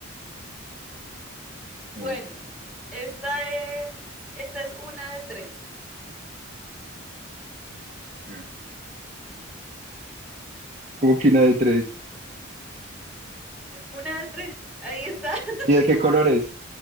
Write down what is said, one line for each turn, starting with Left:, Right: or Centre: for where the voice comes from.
Right: <laughs> A
Centre: Bueno,
Right: ver,
Centre: esta es, esta es una de tres.
Right: ajá. Como que una de tres.
Centre: Es una de tres. Ahí está. <laughs>
Right: ¿Y de qué colores?